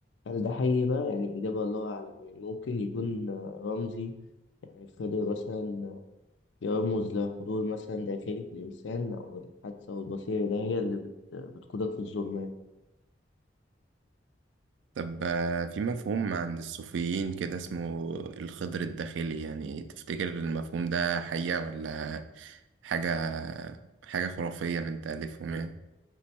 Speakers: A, on the left; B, on the right.
A: هل ده حقيقي بقى؟ يعني إجابة الله أعلم يعني ممكن يكون آه، رمزي يعني خضر مثلا آه، يرمز لحضور مثلا داخلي في الإنسان أو الحادثة والبصيرة ده هي اللي بت- بتقودك في الظلمة
B: طب آه، في مفهوم عند الصوفيين كده اسمه الخضر الداخلي يعني تفتكر المفهوم ده حقيقة ولا حاجة حاجة خرافية من تأليفهم يعني